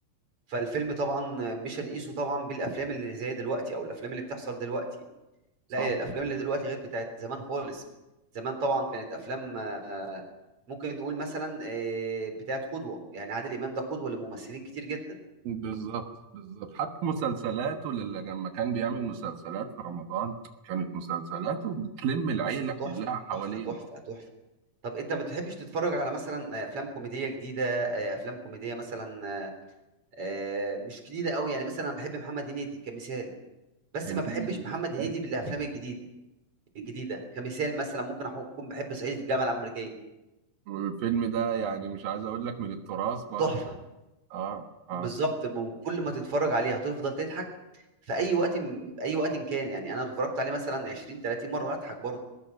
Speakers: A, on the right (about 40°); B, on the right (about 75°).
A: فالفيلم طبعا آه، مش هنقيسه طبعا بالافلام اللي زي دلوقتي او الافلام اللي بتحصل دلوقتي
B: صح
A: لا هي الافلام اللي دلوقتي غير بتاعت زمان خالص زمان طبعا كانت افلام آه، ممكن نقول مثلا آه، بتاعت قدوه يعني عادل امام ده قدوه لممثلين كتير جدا
B: بالظبط بالظبط حتى مسلسلاته اللي لما كان بيعمل مسلسلات في رمضان كانت مسلسلاته بتلم العيلة
A: مس-
B: كلها
A: تحفه
B: حوالين
A: تحفه تحفه تحفه طب انت ما بتحبش تتفرج على مثلا آه، افلام كوميديه جديده آه، افلام كوميديه مثلا آه، آه، مش جديده قوي يعني مثلا انا بحب محمد هنيدي كمثال بس
B: هنيدي
A: ما بحبش محمد
B: ممتاز
A: هنيدي بالافلام الجديده الجديده كمثال مثلا ممكن أحو- اكون بحب صعيدي في الجامعه الامريكيه
B: والفيلم ده يعني مش عايز اقول لك من التراث برضه
A: تحفه
B: اه
A: بالظبط
B: اه
A: من كل ما تتفرج عليه هتفضل تضحك في اي وقت م- اي وقت إن كان يعني انا اتفرجت عليه مثلا 20 30 مره هضحك برضه